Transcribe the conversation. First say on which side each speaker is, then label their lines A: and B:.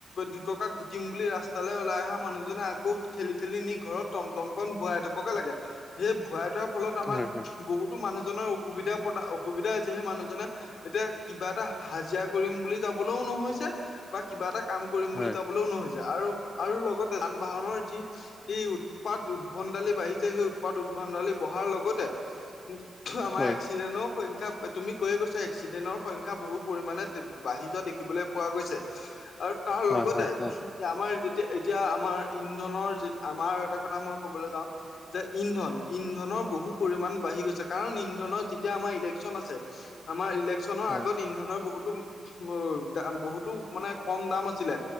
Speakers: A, on the left (about 75°); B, on the left (about 35°).
A: দুটকা ঘটিম বুলি ৰাস্তালৈ ওলাই অহা মানুহজনে আকৌ ঠেলি ঠেলি নি ঘৰত টমটমখন ভৰাই থ'বগে লাগে, সেই ভোৰাই থোৱাৰ ফলত আমাৰ
B: হয় হয়
A: বহুতো মানুহজনৰ অসুবিধা <unintelligible> অসুবিধা হৈছে সেই মানুহজনে এতিয়া কিবা এটা হাজিৰা কৰিম বুলি যাবলৈও নহৈছে বা কিবা এটা কাম কৰিম
B: হয়
A: বুলি যাবলৈও নহৈছে আৰু আৰু লগতে যান বাহনৰ যি যি উৎপাত উদ্ভণ্ডালি বাঢ়িছে সেই উৎপাত উদ্ভণ্ডালি বঢ়াৰ লগতে <unintelligible>
B: হয়
A: এক্সিডেনৰ সংখ্যা তুমি কৈয়ে গৈছা এক্সিডেন্টৰ সংখ্যা বহু পৰিমাণে বাঢ়ি যোৱা দেখিবলৈ পোৱা গৈছে। আৰু তাৰ
B: হয়
A: লগতে
B: হয় হয় হয়
A: আমাৰ যেতিয়া এতিয়া আমাৰ ইন্ধনৰ যে আমাৰ এটা কথা মই ক'বলৈ যাওঁ। যে ইন্ধন ইন্ধনৰ বহু পৰিমাণ বাঢ়ি গৈছে কাৰণ ইন্ধনৰ যেতিয়া আমাৰ ইলেকশ্যন আছে, আমাৰ ইলেক্শ্যনৰ
B: হয়
A: আগত ইন্ধনৰ বহুতো <unintelligible> দাম বহুতো মানে কম দাম আছিলে,